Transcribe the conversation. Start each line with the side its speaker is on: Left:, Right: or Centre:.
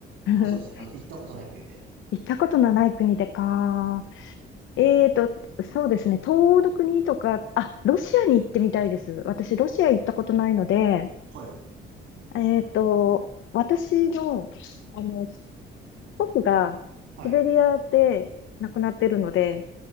Left: <laughs>
Right: まあそうですね。
Left: 行
Right: あの、行ったことない国で。
Left: ったことのない国でか。えーと、そうですね。東欧の国とか、あ、ロシアに行ってみたいです。私、ロシア行ったことないので、
Right: はい。
Left: えーと、私の、あの、僕がシベリアで亡くなってるので、
Right: はい。